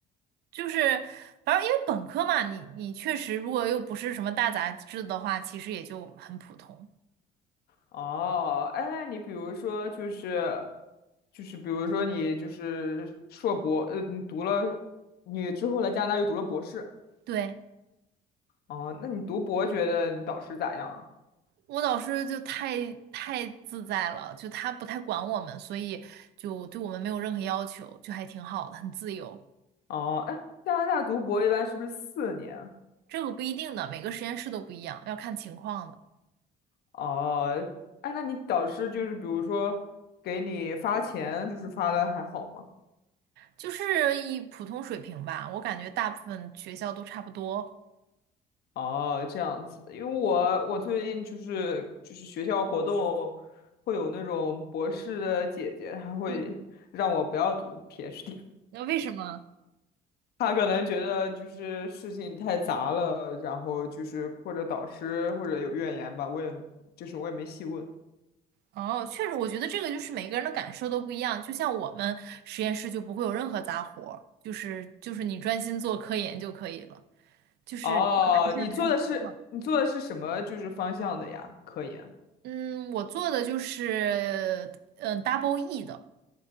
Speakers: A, on the right (about 75°); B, on the left (about 70°).
A: 就是，反正因为本科嘛，你你确实如果又不是什么大杂志的话，其实也就很普通。
B: 哦，哎，那你比如说就是，就是比如说你就是硕博，呃，你读了，你之后来加拿大又读了博士，
A: 对。
B: 哦，那你读博觉得你导师咋样啊？
A: 我老师就太太自在了，就他不太管我们，所以就对我们没有任何要求，就还挺好的，很自由。
B: 哦，哎，加拿大读博一般是不是四年？
A: 这个不一定的，每个实验室都不一样，要看情况的，
B: 哦，哎，那你导师就是比如说给你发钱，就是发的还好吗？
A: 就是一普通水平吧。我感觉大部分学校都差不多。
B: 哦，这样子，因为我我最近就是就是学校活动会有那种博士的姐姐，她会让我不要读
A: 嗯，
B: PhD，
A: 那为什么？
B: <laughs> 她可能觉得就是事情太杂了，然后就是或者导师或者有怨言吧，我也就是我也没细问。
A: 哦，确实，我觉得这个就是每个人的感受都不一样。就像我们实验室就不会有任何杂活儿，就是就是你专心做科研就可以了，就是。
B: 哦，
A: 是
B: 你做的是你做的是什么就是方向的呀？
A: 要看情况。
B: 科研？
A: 嗯，我做的就是嗯 double E 的